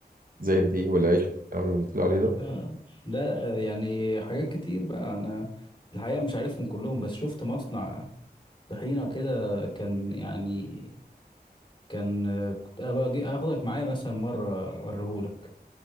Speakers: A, on the right; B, on the left.
A: زي الدقيق والعيش والكلام اللي قلت لي عليه ده
B: لا لا آه، يعني حاجات كتير بقى انا الحقيقه مش عارفهم كلهم بس شفت مصنع طحينه كده كان يعني كان آه، كنت ابقى اجي اخدك معايا مثلا مره اوريهولك